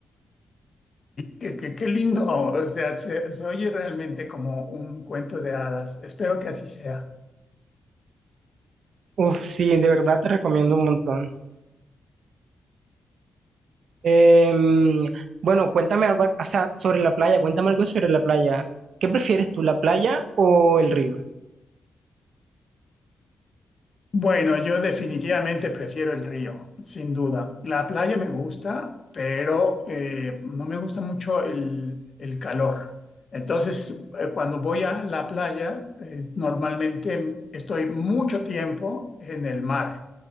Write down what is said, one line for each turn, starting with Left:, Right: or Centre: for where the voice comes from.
Left: Qué, qué- qué lindo, o sea, se, se oye realmente como un cuento de hadas. Espero que así sea.
Right: Uf, sí, de verdad te recomiendo un montón. Em, bueno, cuéntame algo, o sea, sobre la playa, cuéntame algo sobre la playa. ¿Qué prefieres tú, la playa o el río?
Left: Bueno, yo definitivamente prefiero el río, sin duda. La playa me gusta, pero eh, no me gusta mucho el, el calor. Entonces, eh, cuando voy a la playa, eh, normalmente estoy mucho tiempo en el mar.